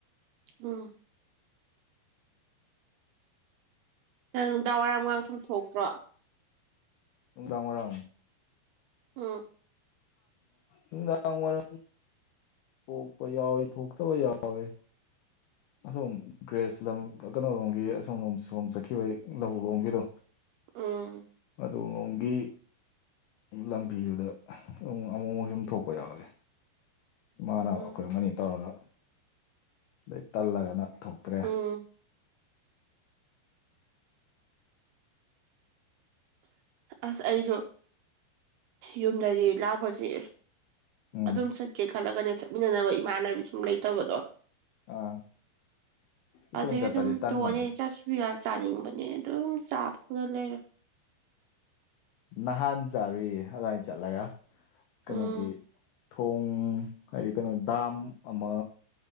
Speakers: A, on the right; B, on the left.
A: ꯎꯝ꯫ ꯅꯨꯡꯗꯥꯡ ꯅꯨꯡꯗꯥꯡ ꯋꯥꯏꯔꯝꯒ ꯁꯨꯝ ꯊꯣꯛꯇ꯭ꯔꯣ꯫
B: ꯅꯨꯡꯗꯥꯡ ꯋꯥꯏꯔꯝ꯫
A: ꯎꯝ꯫
B: ꯅꯨꯡꯗꯥꯡ ꯋꯥꯏꯔꯝ ꯊꯣꯛꯄ ꯌꯥꯎꯏ ꯊꯣꯛꯇꯕ ꯌꯥꯎꯏ꯫ ꯑꯁꯣꯝ ꯒ꯭ꯔꯦꯁ ꯂꯝ ꯀꯩꯅꯣ ꯂꯣꯝꯒꯤ ꯑꯁꯣꯝ ꯂꯣꯝ ꯁꯣꯝ ꯆꯠꯈꯤꯕꯒꯤ ꯂꯧꯕꯨꯛ ꯂꯣꯝꯒꯤꯗꯣ
A: ꯎꯝ
B: ꯑꯗꯣꯝꯂꯣꯝꯒꯤ ꯂꯝꯕꯤꯗꯨꯗ ꯑꯃꯨꯛ ꯑꯃꯨꯛ ꯁꯨꯝ ꯊꯣꯛꯄ ꯌꯥꯎꯑꯦ ꯏꯃꯥꯟꯅꯕ
A: ꯎꯝ
B: ꯑꯩꯈꯣꯏ ꯑꯃ ꯑꯅꯤ ꯇꯧꯔꯒ ꯑꯗꯩ ꯇꯜꯂꯒꯅ ꯊꯣꯛꯇ꯭ꯔꯦ
A: ꯎꯝ ꯑꯁ ꯑꯁꯨ ꯌꯨꯝꯗꯗꯤ ꯂꯥꯛꯄꯁꯤ
B: ꯎꯝ
A: ꯑꯗꯨꯝ ꯆꯠꯀꯦ ꯈꯜꯂꯒꯅꯦ ꯆꯠꯃꯤꯟꯅꯅꯕ ꯏꯃꯥꯟꯅꯕꯤ ꯁꯨꯝ ꯂꯩꯇꯕꯗꯣ
B: ꯑꯥ ꯏꯇꯣꯝ
A: ꯑꯗꯩꯩ
B: ꯆꯠꯄꯗꯤ
A: ꯑꯗꯨꯝ
B: ꯇꯟꯕꯅꯦ
A: ꯇꯣꯛꯑꯅꯦ ꯆꯠ ꯐꯨꯌꯥꯜ ꯆꯥꯅꯤꯡꯕꯅꯦ ꯑꯗꯨꯝ ꯆꯥꯕ ꯐꯪꯗ ꯂꯩꯔꯦ
B: ꯅꯍꯥꯟ ꯆꯥꯔꯨꯏꯌꯦ ꯑꯗꯥꯏ ꯆꯠꯂꯒ ꯀꯩꯅꯣꯒꯤ
A: ꯎꯝ
B: ꯊꯣꯡ ꯍꯥꯏꯗꯤ ꯀꯩꯅꯣ ꯗꯥꯝ ꯑꯃ